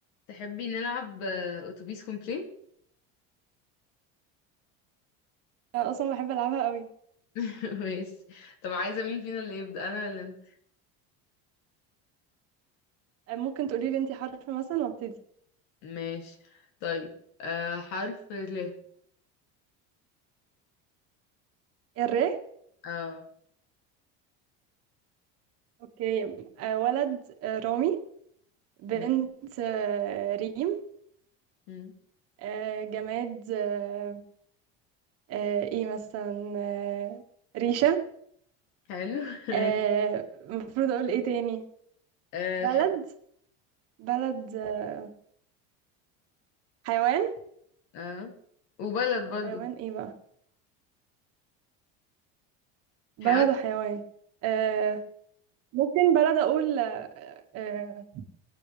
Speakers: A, on the left; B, on the right.
A: تحبي نلعب آه، اتوبيس كومبلين
B: أنا اصلا بحب العبها قوي
A: <laughs> ماشي طب عايزة مين فينا اللي يبدأ انا ولا انت
B: آه، ممكن تقولي لي انتي حرف مثلا وابتدي
A: ماشي طيب آه حرف ال
B: الر
A: اه
B: اوكي آه، ولد آه، رامي بنت
A: ماشي
B: آه، ريم
A: مم.
B: آه، جماد آه، آه، ايه مثلا آه، ريشة
A: حلو <laughs> ماشي.
B: آه، المفروض اقول ايه تاني
A: آه
B: بلد
A: حاجة
B: بلد آه، حيوان
A: اه وبلد برضو
B: حيوان ايه بقى بلد
A: حيوان
B: وحيوان آه، ممكن بلد اقول آه،